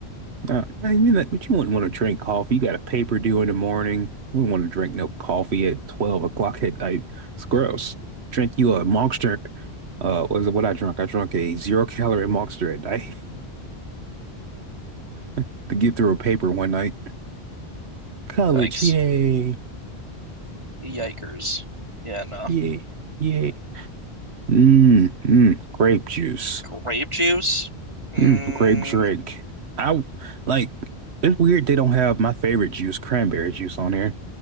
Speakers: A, on the right; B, on the right.
A: Uh, I mean that, but you wouldn't want to drink coffee. You got a paper due in the morning. We wouldn't want to drink no coffee at twelve o'clock at night. It's gross. Drink you a Monster. Uh, was it what I drank? I drank a zero calorie Monster at night <laughs> to get through a paper one night.
B: <laughs>
A: College,
B: Yikes.
A: yay,
B: Yikers. Yeah, no.
A: yay, yay. Mmm, mmm, grape juice.
B: Grape juice? Mm,
A: Mm, grape drink. I like it's weird they don't have my favorite juice, cranberry juice, on here.